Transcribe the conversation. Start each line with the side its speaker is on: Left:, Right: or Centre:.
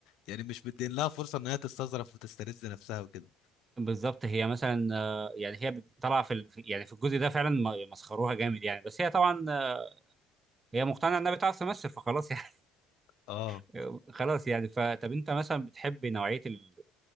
Left: يعني مش مدين لها فرصه ان هي تستظرف وتسترز نفسها وكده
Right: بالظبط هي مثلا آه، يعني هي طالعه في ال- في- يعني في الجزء ده فعلا م- مسخروها جامد يعني بس هي طبعا آه، هي مقتنعه انها بتعرف تمثل فخلاص يعني
Left: اه
Right: <laughs> خلاص يعني فطب انت مثلا بتحب نوعيه ال...